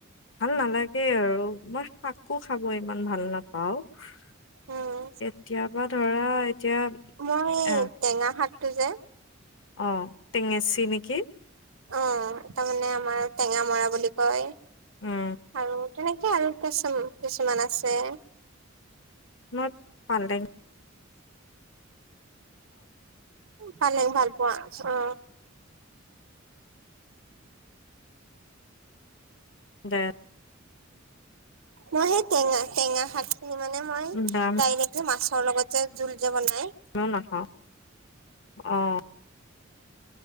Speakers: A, on the left; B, on the right.
A: ভাল নালাগে আৰু মই শাক কো খাব ইমান ভাল নাপাওঁ কেতিয়াবা
B: উম।
A: ধৰা এতিয়া
B: মই
A: এ
B: টেঙা শাকটো যে
A: অ টেঙেচি নেকি
B: অ তাৰমানে আমাৰ টেঙামৰা বুলি কয়
A: উম
B: আৰু তেনেকে আৰু কিছু কিছুমান আছে
A: মই পালেং
B: পালেং ভাল পোৱা অ
A: <unintelligible>
B: মই সেই টেঙা টেঙা শাকখিনি মানে মই
A: নিৰামিষে
B: ডাইৰেক্ট যে মাছৰ লগত যে জোল যে বনাই
A: মই নাখাওঁ অহ